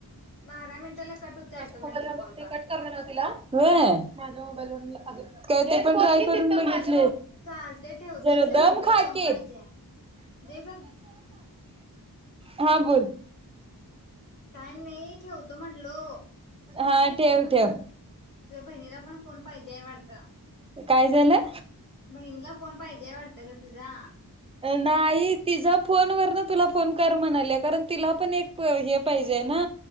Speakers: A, on the left; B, on the right.
A: बारा मिनिटाला कट होते
B: माझ
A: ऑटोमॅटिक
B: मोबाईल व
A: कॉल
B: ते
A: बा
B: कट करले नव्हतीला माझ्या मोबाईल व अज काय ते पण ट्राय करून बघित
A: चालते ठेवतो
B: ज
A: तुझ्या
B: दम
A: बहिणीला
B: खाक
A: फोन पाहिजे जे जा
B: हा बोल
A: काय नाही ठेवतो म्हटलो
B: हा ठेव ठेव
A: तुझ्या बहिणीला पण कोण पाहिजे आहे वाटतं
B: काय झालं?
A: महिंद फोन पाहिजे हाय वाडतं ग तुझा
B: नाही तिझ फोन वरन तुला फोन कर म्हणाली कारण तिला पण एक हे पाहिजे ना